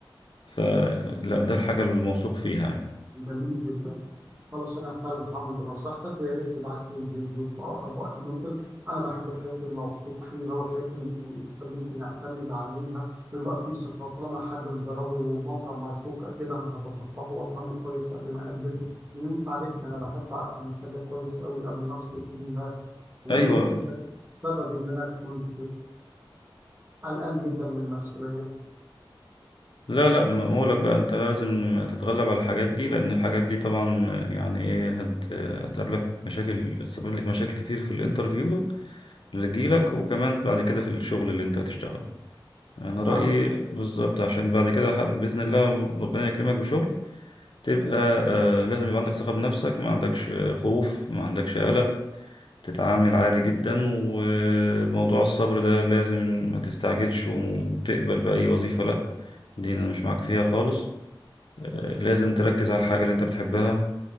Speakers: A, on the left; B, on the right.
A: فلا ده الحاجة الموثوق فيها يعني.
B: جميل جدا خلاص انا فعلا هعمل بنصيحتك ويا ريت تبعت لي الفيديو في اقرب وقت ممكن انا بحب الحياه الموثوق فيها والحياه اللي الانسان ممكن يعتمد عليها ويبقى فيه ثقه طالما حد مجربه موقع موثوق اكيد انا هتصفحه وافهمه كويس قبل ما اقدم لان انت عارف ان انا بحب افهم الحاجه كويس قوي قبل ما ادخل فيها ويمكن
A: أيوة
B: ده السبب إن أنا كنت قلقان جدا من المسؤولية
A: لا لا ما بقولك بقى أنت لازم تتغلب على الحاجات دي لأن الحاجات دي طبعا يعني إيه هت... هتقابلك مشاكل تسبب لك مشاكل كتير في الانترفيو اللي تجيلك وكمان بعد كده في الشغل اللي أنت هتشتغله أنا
B: لا
A: رأيي
B: عندي
A: بالظبط عشان بعد كده ح- بإذن الله ربنا يكرمك بشغل تبقى آه لازم يبقى عندك ثقة بنفسك ما عندكش آه، خوف ما عندكش قلق تتعامل عادي جدا وموضوع الصبر ده لازم ما تستعجلش وتقبل بأي وظيفة لأ دي أنا مش معاك فيها خالص آه، لازم تركز على الحاجة اللي أنت بتحبها